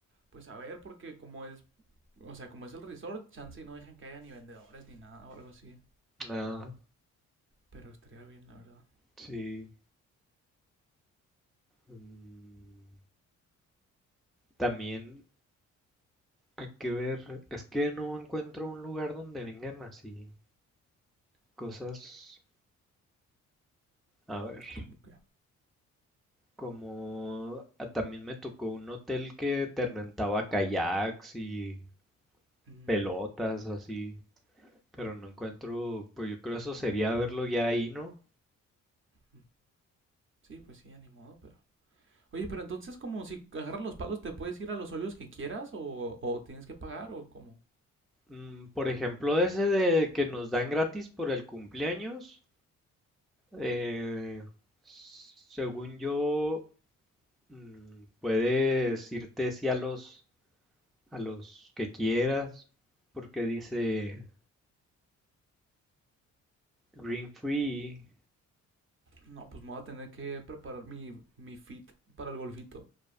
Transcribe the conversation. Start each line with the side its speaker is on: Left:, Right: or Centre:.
Right: pues a ver, porque como es... O sea, como es el resort, chance y no dejan que haya ni vendedores ni nada o algo así.
Centre: Ah,
Right: Pero estaría bien, la verdad.
Centre: sí. Mm, también hay que ver, es que no encuentro un lugar donde vengan así cosas. A ver,
Right: Como que...
Centre: como ah, también me tocó un hotel que te rentaba kayaks y
Right: mm,
Centre: pelotas así, pero no encuentro, pues yo creo eso sería verlo ya ahí, ¿no?
Right: mm. sí, pues sí, ya ni modo, pero... Oye, pero entonces como si agarras los palos te puedes ir a los hoyos que quieras o, o tienes que pagar o cómo.
Centre: Mm, por ejemplo, ese de que nos dan gratis por el cumpleaños, eh, según yo, Mm, Puedes irte sí a los a los que quieras, porque dice Green Free,
Right: No, pues me voy a tener que preparar mi, mi fit para el golfito.